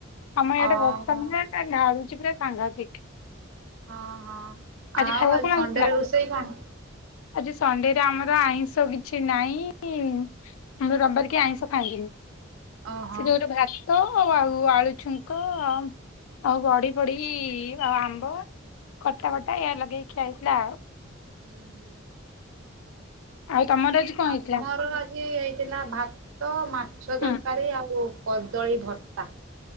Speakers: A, on the left; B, on the right.
A: ଆମ ଏଇଆଡେ
B: ଓହୋ
A: ବର୍ଷା ମାନେ <unintelligible> ପୁରା ସାଂଘାତିକ।
B: ହଁ ହଁ
A: ଆଜି
B: ଆଉ
A: ଖାଇବାକୁ
B: ଆଉ
A: କଣ
B: ସଣ୍ଡେରେ
A: ହେଇଥିଲା?
B: ରୋଷେଇ କଣ?
A: ଆଜି ସଣ୍ଡେରେ ଆମର ଆଇଁଷ କିଛି ନାହିଁ। <unintelligible> ରବିବାର କେହି ଆଇଁଷ ଖାଆନ୍ତିନି।
B: ଓହୋ
A: ସେ ଜୋର୍ ଭାର ତ ଆଉ ଆଳୁ ଛୁଙ୍କ ଆଉ ଆଉ ବଢି ଫଡ଼ି ଆଉ ଆମ୍ବ। ଖଟା ବଟା ଏଇଆ ଲଗେଇ ଖିଆ ହେଇଥିଲା ଆଉ।
B: ହୁଁ ହୁଁ।
A: ଆଉ ତମର ଆଜି କଣ
B: ଆମର
A: ହେଇଥିଲା?
B: ଆ ଜି ହେଇଥିଲା ଭାତ, ମାଛ
A: ହୁଁ
B: ତରକାରୀ ଆଉ କଦଳୀ ଭର୍ତ୍ତା।